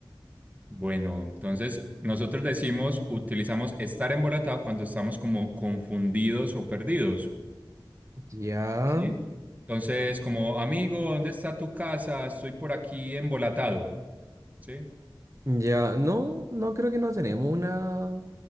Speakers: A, on the right; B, on the right.
A: Bueno, entonces nosotros decimos, utilizamos estar embolatado cuando estamos como confundidos o perdidos.
B: Ya,
A: Sí. Entonces, como amigo, ¿dónde está tu casa? Estoy por aquí embolatado. Sí.
B: ya, no, no creo que no tenemos una,